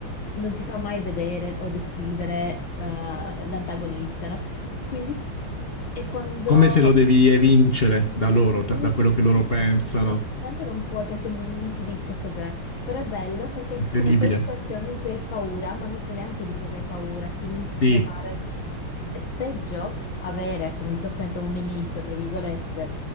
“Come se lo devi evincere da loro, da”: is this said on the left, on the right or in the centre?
Left